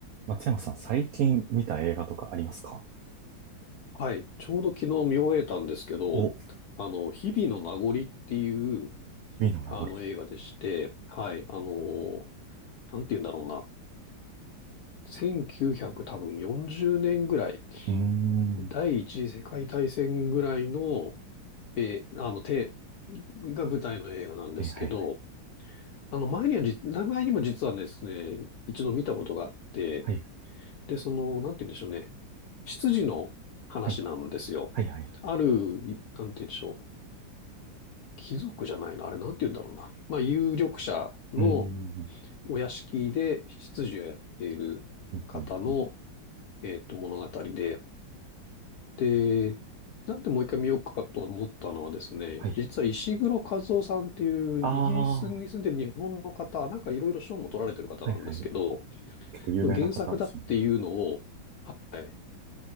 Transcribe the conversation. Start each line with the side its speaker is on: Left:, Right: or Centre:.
Right: 松山さん、最近見た映画とかありますか
Left: はい。ちょうど昨日見終えたんですけど、
Right: お、
Left: あの、日々の名残っていう、
Right: 日々の名残。
Left: あの、映画でして、はい。あの、なんて言うんだろうな。1 9 0多分40年ぐらい、
Right: うーん。は
Left: 第一次世界大戦ぐらいの、えーあの、て、が舞台の映画なんですけど、
Right: いはい
Left: あの、前にはじ、前にも実はですね、一度見たことがあって、
Right: はい。
Left: で、その、なんて言うんでしょうね。執事の話なんですよ。
Right: はい。はいはいはい。
Left: ある、なんて言うんでしょう。貴族じゃないな。あれ、なんて言うんだろうな。まあ、有力者の
Right: うーん。
Left: お屋敷で執事をやっている方の、
Right: うんうんうん。
Left: えっと、物語で。で、なんでもう一回見ようかと思ったのはですね、
Right: はい。
Left: 実は石黒和夫さんっていうイギリスに住んでる日本の方、
Right: ああ。は
Left: なんかいろいろ賞も取られてる方なんですけど、
Right: いはい。結構有名な方ですよね。
Left: の原作だっていうのを、はい、